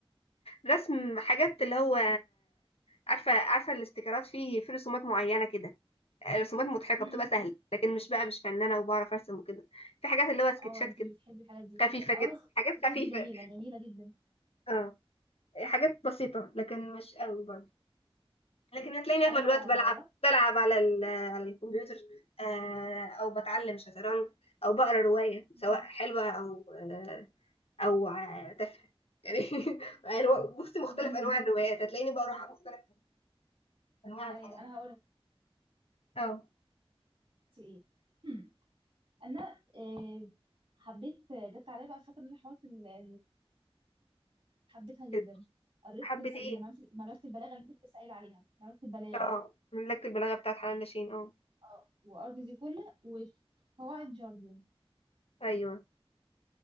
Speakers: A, on the left; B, on the right.
A: رسم حاجات اللي هو عارفه عارفه الاستيكرات فيه في رسومات معينه كده رسومات مضحكه
B: امم
A: بتبقى سهله لكن مش بقى مش فنانه وبعرف ارسم وكده في حاجات اللي هو سكتشات
B: اه انت
A: كده
B: بتحبي الحاجات دي
A: خفيفه
B: اه
A: كده حاجات
B: سكتشات
A: خفيفه
B: دي جميلة جميلة جدا
A: اه حاجات بسيطه لكن مش قوي برضه لكن هتلاقيني اغلب
B: انا
A: الوقت بلعب
B: جربت
A: بلعب على ال- على الكمبيوتر آه، او بتعلم شطرنج او بقرا روايه
B: امم
A: سواء حلوه او آه، او آه، تافهه يعني <laughs> بصي مختلف
B: امم
A: انواع الروايات هتلاقيني بقرا مختلف انواع
B: ايوه
A: الحاجات
B: انا هقول لك
A: اه
B: ايه <clears throat> هم. انا آه، حبيت جت عليا بقى فترة ان انا حاولت ال- ال- حبيتها
A: كده.
B: جدا قريت
A: حبة
B: الس-
A: ايه
B: اللي ملف- ملف البلاغة اللي انت كنت سائل عليها ملف البلاغة
A: اه مملكة البلاغة بتاعت حنان لاشين اه
B: اه وارض زيكولا وقواعد جاردن
A: ايوه